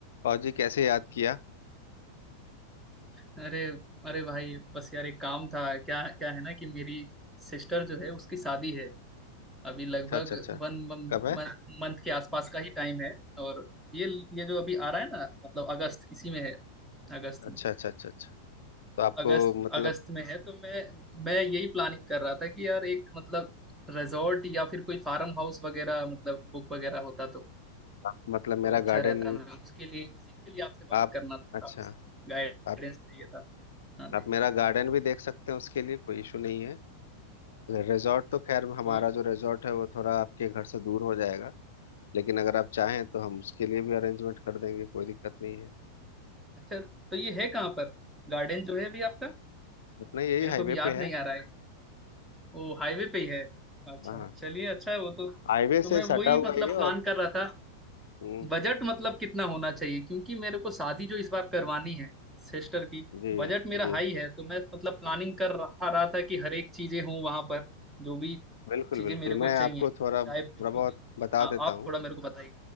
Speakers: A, on the left; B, in the centre.
A: और जी कैसे याद किया
B: अरे अरे भाई बस यार एक काम था क्या क्या है ना कि मेरी सिस्टर जो है उसकी शादी है अभी लगभग
A: अच्छा अच्छा अच्छा
B: वन
A: कब है
B: मंथ के आसपास का ही टाइम है और ये ये जो अभी आ रहा है ना मतलब अगस्त इसी में है अगस्त
A: अच्छा
B: में
A: अच्छा अच्छा अच्छा तो आपको
B: अगस्त
A: मतलब
B: अगस्त में है तो मैं मैं यही प्लानिंग कर रहा था कि यार एक मतलब रिजॉर्ट या फिर कोई फार्म हाउस वगैरह मतलब बुक वगैरह होता तो
A: आप- मतलब
B: तो
A: मेरा
B: अच्छा
A: गार्डन
B: रहता मैं उसके लिए उसी के लिए आपसे बात
A: आप
B: करना था
A: अच्छा
B: आपसे गाइडेंस
A: आप
B: चाहिए था हाँ
A: आप मेरा गार्डन भी देख सकते हैं उसके लिए कोई इशू नहीं है रिजॉर्ट तो खैर हमारा
B: जी
A: जो रिजॉर्ट है वो थोड़ा आपके घर से दूर हो जाएगा लेकिन अगर आप चाहें तो हम उसके लिए भी अरेंजमेंट कर देंगे कोई दिक्कत नहीं है
B: अच्छा तो ये है कहाँ पर गार्डन जो है अभी आपका
A: अपना यही
B: मेरे
A: हाईवे
B: को अभी याद
A: पे
B: नहीं
A: है
B: आ रहा है वो हाईवे पे ही है अच्छा
A: हाँ
B: चलिए अच्छा है वो तो
A: हाईवे
B: तो
A: से
B: मैं
A: सटा
B: वही
A: हुआ
B: मतलब
A: ही है और
B: प्लान कर रहा था
A: हम्म,
B: बजट मतलब कितना होना चाहिए क्योंकि मेरे को शादी जो इस बार करवानी है सिस्टर की
A: जी
B: बजट मेरा
A: जी
B: हाई है तो मैं मतलब प्लानिंग कर रहा रहा था कि हर एक चीजें हों वहां पर जो भी
A: बिल्कुल
B: चीजें
A: बिल्कुल
B: मेरे को
A: मैं
B: चाहिए
A: आपको
B: चाहे
A: थोड़ा थोड़ा
B: फोटो
A: बहुत
B: के लिए
A: बता
B: हाँ
A: देता
B: आप
A: हूँ
B: थोड़ा मेरे को बताइए